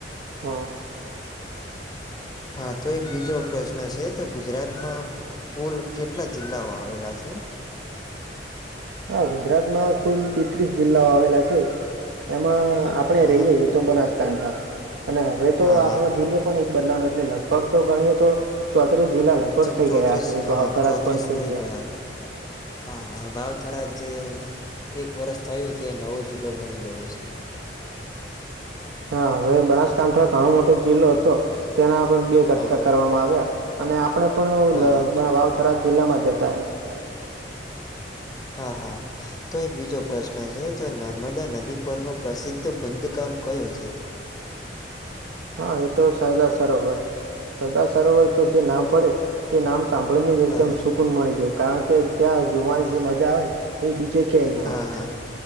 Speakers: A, on the right; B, on the left.
A: હા
B: હા તો એક બીજો પ્રશ્ન છે તો ગુજરાતમાં કુલ કેટલા જિલ્લાઓ આવેલા છે
A: હા ગુજરાતમાં કુલ તેત્રીસ જિલ્લાઓ આવેલા છે એમાં આપડણે
B: હા
A: રહીયએ
B: હા
A: એ તો બનાસકાંઠા ઘડાા અને હવે
B: હા
A: તો આપણો
B: હા
A: જિલ્લો પણ બદલાવ એટલે લાવું. લગભગ તો ગણીએ તો ચોત્રીસ જિલ્લા લગભગ
B: તો
A: થઈ
B: ચોત્રીસ
A: ગયા હશે. એક
B: હા
A: વાવ-થરાદ
B: ચોત્રીસ
A: પણ થઈ ગયા.
B: છે. હા, વાવ-થરાદ જે. એક વર્ષ થયું, તે નવો જિલ્લો બની ગયો છે.
A: હા, હવે બનાસકાંઠા ઘણો મોટો જિલ્લો હતો. તેના પણ બે કટકા
B: હા હા
A: કરવામાં આવ્યા અને આપણે પણ
B: હા હા
A: વાવ- થરાદ. જિલ્લા માં જતા રહીયા.
B: હા હા તો એક બીજો પ્રશ્ન છે તો નર્મદા નદી પરનો પ્રસિદ્ધ બંધકામ કયો છે?
A: હા, એ તો સરદાર સરોવર સરદાર સરોવર તો જે નામ પડે તે નામ. સાંભળી ને જ
B: હા
A: એકદમ
B: હા
A: સુકૂન મળી જાય. કારણ કે ત્યાં જોવાની જે મજા આવે. એ બીજે ક્યાંય ના
B: હા
A: હોય,
B: હા